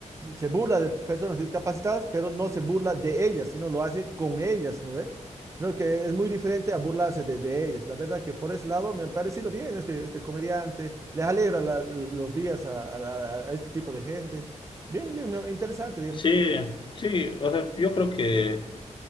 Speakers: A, on the right; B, on the left.
A: se burla de personas discapacitadas, pero no se burla de ellas, sino lo hace con ellas, ¿no ve? Creo que es muy diferente a burlarse de, de ellas. La verdad que por ese lado me ha parecido bien este, este comediante. Les alegra la- los días a, a- a este tipo de gente. Bien, bien, no, interesante, digamos.
B: sí, sí, o sea, yo creo que...